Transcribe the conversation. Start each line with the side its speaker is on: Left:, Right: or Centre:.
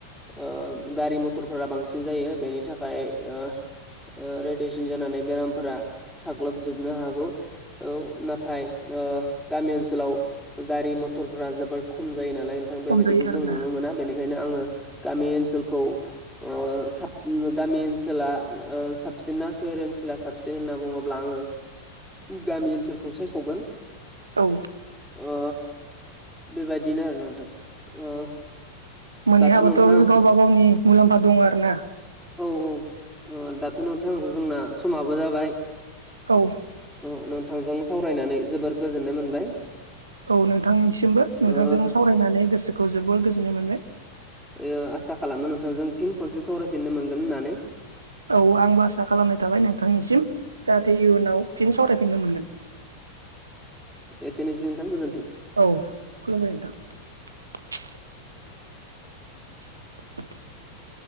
Centre: ओ गारि मथरफोरा बांसिन जायो बेनि थाखाय ओ ओ रेडियेसन जानानै बेरामफोरा साग्लोब नो हागौ ओ नाथाय ओ गामि ओनसोलाव गारि मथर जोबोर खम जायो नालाय नोंथां बेबायदिखौ
Right: खम जायो आरोना
Centre: जों नुनो मोना बेनिखायनो आङो गामि ओनसोलखौ ओ साब ओ गामि ओनसोला ओ साबसि ना सोर ओनसोला साबसिन होनना बुङोब्ला आङो गामि ओनसोलखौ सायख'गोन।
Right: औ
Centre: ओ बेबायदिनो आरोना नोंथां। ओ
Right: मोनहै
Centre: दाथ'
Right: हायाबाथ'
Centre: नोंथां
Right: गावब गावनि मुलाम्फा दं आरोना।
Centre: औ-औ ओ दाथ' नोंथां जोंना समाबो जाबाय।
Right: औ
Centre: अ नोंथांजों सावरायनानै जोबोर गोजोननाय मोनबाय।
Right: औ नोंथांनिसिमबो नोंथांजों
Centre: ओ
Right: सावरायनानै गोसोखौ जोबोर गोजोननाय मोनबाय।
Centre: ओयो आसा खालामो नोंथांजों फिन खनसे सावरायफिननो मोनगोन होननानै।
Right: औ आंबो आसा खालामनाय थाबाय नोंथांनिसिम जाहाथे इयुनाव फिन सावरायफिननो मोनगोन।
Centre: एसेनोसे नोंथां गोजोन्थों।
Right: औ <inaudible> <inaudible>